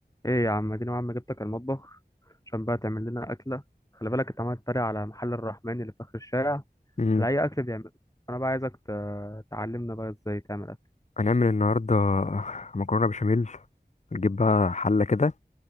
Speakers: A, on the left; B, on the left.
A: ايه يا عم اديني عم جبتك المطبخ عشان بقى تعمل لنا اكله خلي بالك انت عمال تتريق على محل الرحمن اللي في اخر الشارع
B: مم.
A: على اي اكل بيعمله انا بقى عايزك ت- تعلمنا بقى ازاي تعمل اكل
B: هنعمل النهاردة مكرونة بشاميل نجيب بقى حلة كده